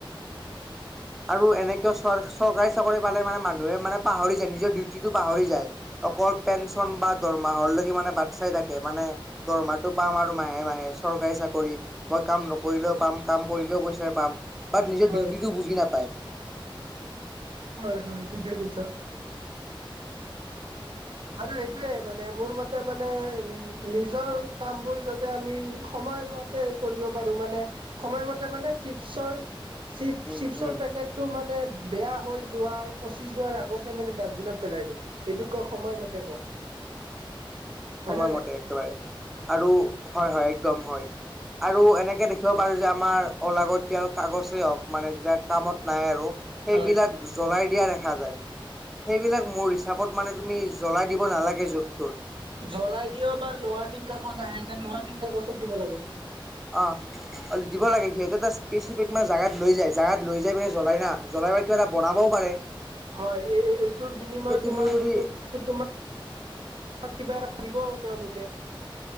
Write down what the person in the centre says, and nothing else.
উম। আৰু এনেকও চ চৰকাৰী চাকৰি পালে মানে মানুহে মানে পাহৰি যায়। নিজৰ ডিউটিটো পাহৰি যায়। অকল পেঞ্চন বা দৰমাহৰলৈকে মানে বাট চাই থাকে। মানে দৰমাৰটো পাম আৰু মাহে মাহে। চৰকাৰী চাকৰি মই কাম নকৰিলেও পাম, কাম কৰিলেও পইচা পাম। বাট নিজৰ
ডিউটিটো বুজি নাপায়।
উম
উম
সময় মতে
একেবাৰে। আৰু হয় হয়, একদম হয়। আৰু এনেকে দেখিব পাৰো যে আমাৰ অলাগতিয়াল কাগজেই হওঁক মানে যেতিয়া কামত নাহে আৰু সেইবিলাক
জ্বলাই দিয়া দেখা যায়। সেইবিলাক মোৰ হিচাপত মানে তুমি জ্বলাই দিব নালাগে য'ত-ত'ত।
উম, অ', দিব লাগে। সিহঁতে এটা স্পেচিফিক মানে জোগাত লৈ যায়। জোগাত লৈ যাই মানে জ্বলাই না। জ্বলাই বা কিবা এটা বনাবও পাৰে।
যে তুমি
যদি